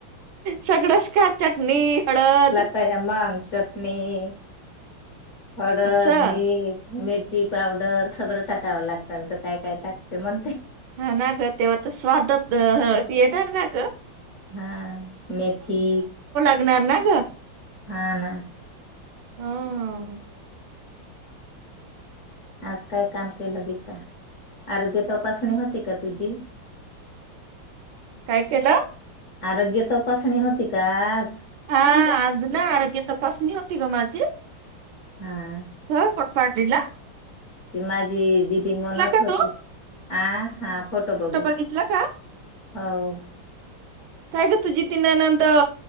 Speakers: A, on the right; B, on the left.
A: सगळंच खा चटणी हळद.
B: त्या मग चटणी हळद
A: असं
B: मीट मिरची पावडर सगळं टाकावं लागतं नंत काय काय टाकते म्हणते.
A: हा ना ग तेव्हा तर स्वादत येणार ना ग.
B: हा मेथी.
A: गन ना ग.
B: हा ना.
A: ह.
B: आज काय काम केलं गीता अर्ग्य तपासणी होती का तुझी?
A: काय केलं?
B: आरोग्य तोपणी होती काच
A: हा आज ना आरोग्य तपासणी होती ग माझी
B: हा.
A: हो कोटपारलला.
B: त माझी दिदी म्हणत
A: का
B: होती
A: तू
B: आ हा फोटो बघितच.
A: बघितला का
B: हो.
A: काय का तुझी तिनानंत